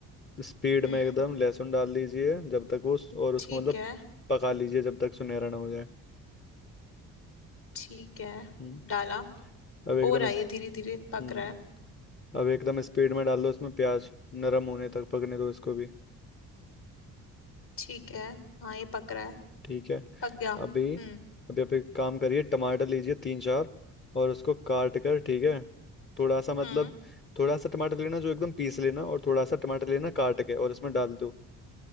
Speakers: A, on the left; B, on the left.
A: स्पीड
B: हम्म
A: में एकदम लहसुन डाल दीजिए जब तक उस और उसको
B: ठीक
A: मतलब
B: है
A: पका लीजिए जब तक सुनहरा ना हो जाए
B: ठीक है
A: हम्म,
B: डाला
A: अब एकदम
B: हो रहा
A: इस
B: है ये धीरे धीरे पक
A: हम्म
B: रहा है
A: अब एकदम स्पीड में डाल दो उसमें प्याज नरम होने तक पकने दो इसको भी
B: ठीक है हाँ ये पक रहा है
A: ठीक है
B: पक गया हम्म
A: अभी अभी आप एक काम करिए टमाटर लीजिए तीन चार और उसको काट कर ठीक है थोड़ा सा मतलब
B: हम्म
A: थोड़ा सा टमाटर लेना जो एकदम पीस लेना और थोड़ा सा टमाटर लेना काट के और इसमें डाल दो